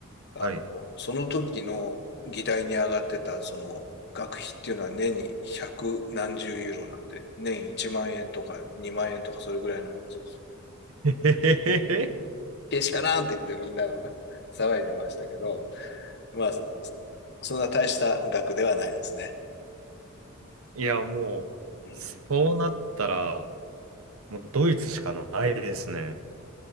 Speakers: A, on the left; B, on the right.
A: あの、
B: はい。
A: その時の議題に上がってた、その、学費っていうのは年に百何十ユーロなんで、年1万円とか2万円とかそれぐらいの話です。
B: <laughs> へへへへ
A: けしからんって言ってみんな <laughs> 騒いでましたけど、まあ、そ、そんな大した額ではないですね。
B: いや、も
A: うん。
B: う、そうなったら、もうドイツしかないですね。